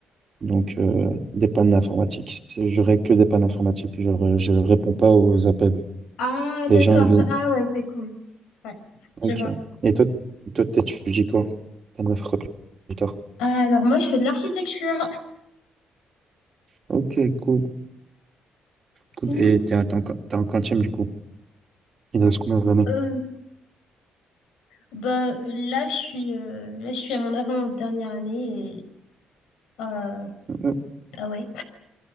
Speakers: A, on the right; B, on the left.
A: Donc, euh, des pannes informatiques. C'est- Je règle que des pannes informatiques. Genre, euh, je réponds pas aux appels.
B: Ah,
A: Les
B: d'accord.
A: gens, ils viennent.
B: Ah ouais, c'est cool. Ouais,
A: Ok.
B: je vois.
A: Et toi, toi, t'étudies quoi? T'as de la fréquence plus tard.
B: Ah, Alors moi je fais de l'architecture.
A: Ok, cool, cool.
B: Hmm,
A: Et t'es un, t'es en qu- t'es en quantième, du coup. Il reste combien d'années?
B: Euh, bah là je suis euh, là je suis à mon avant-dernière année et euh,
A: Euh,
B: ah ouais.